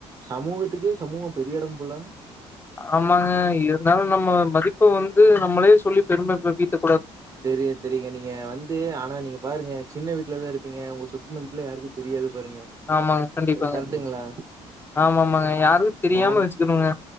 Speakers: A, on the right; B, on the left.
A: சமூகத்துக்கே சமூக பெரிய எடம் போல
B: ஆமாங்க இருந்தாலும் நம்ம மதிப்ப வந்து நம்மளே சொல்லி பெருமை படுத்திட்டு
A: தெரிய தெரியங்க நீங்க வந்து ஆனா நீங்க பாருங்க சின்ன வீட்டுலதா இருப் பிங்க உங்க சொத்து மதிப்புல யாருக்கு தெரியாது பாங்க
B: ஆமாங்க கண்டிப்பாங்க.
A: கரட்டுங்களா
B: ஆமாமாங்க. யாருக்கும் தெரியாம
A: நான்
B: வச்சுக்கணுங்க.